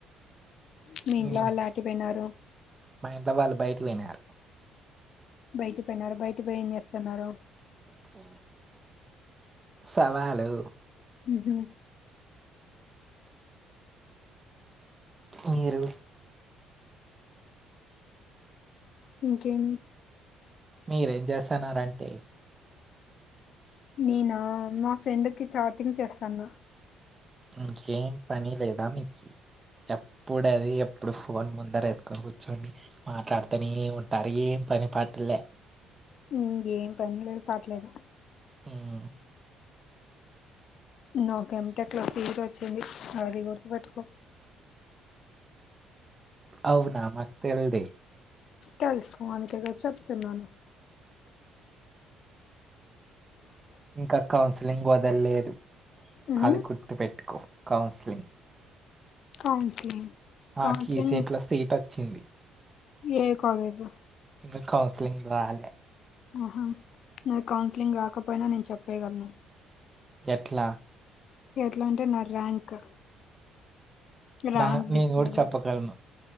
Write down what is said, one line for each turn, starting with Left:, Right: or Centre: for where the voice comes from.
Left: మీ ఇంట్లో
Right: ఉమ్.
Left: వాళ్ళు ఆటిపోయినారు
Right: మా ఇంట్లో వాళ్ళు బయటకి పోయినారు
Left: బయట పోయినారు బయట పోయి ఏం చేస్తున్నారు
Right: ఆ సవాలు
Left: ఉ
Right: మీరు
Left: ఇంకేమి
Right: మీరు ఏం చేస్తన్నారు అంటే
Left: నేనా మా ఫ్రెండ్కి చాటింగ్ చేస్తాన్న
Right: ఇంకేం పని లేదా మీక్ ఎప్పుడది ఎప్పుడు ఫోన్ ముందర ఎతుకొని కూర్చోని మాట్లాడితేనే ఉంటారు ఏం పని పాట్లలే
Left: ఇంగేం పని లేదు పాట లేదు
Right: హ్మ్
Left: నాకు ఎంటెక్ లో ఫీవర్ వచ్చింది అది గుర్తుపెట్టుకో
Right: అవునా మాకు తెల్దే
Left: తెలుసుకొ అందుకే కదా చెప్తున్నాను
Right: ఇంకా కౌన్సిలింగ్ వదలేదు
Left: ఉమ్
Right: అది గుర్తుపెట్టుకో కౌన్సిలింగ్
Left: కౌన్సిలింగ్
Right: నాకీ
Left: కౌన్సిలింగ్
Right: ఇ సైట్లో సీట్ వచ్చింది
Left: ఏ కాలేజు
Right: ఇంగా కౌన్సిలింగ్ రాలే
Left: ఆహా నా కౌన్సిలింగ్ రాకపోయినా నేను చెప్పేయగలను
Right: ఎట్లా
Left: ఎట్లా అంటే నా ర్యాంక్ ర్యాంక్
Right: నా నేను
Left: డిసైడేడ్
Right: కూడా చెప్పగలను